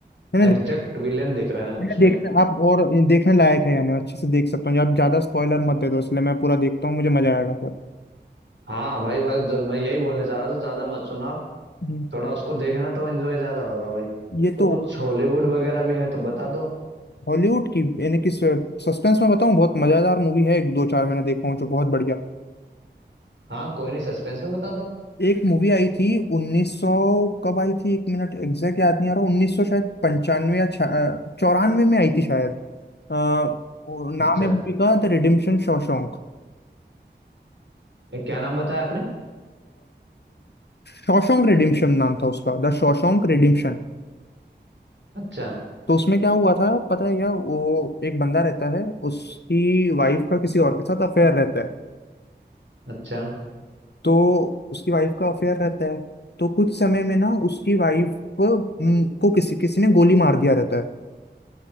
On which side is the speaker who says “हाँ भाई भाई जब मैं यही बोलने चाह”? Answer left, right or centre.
Right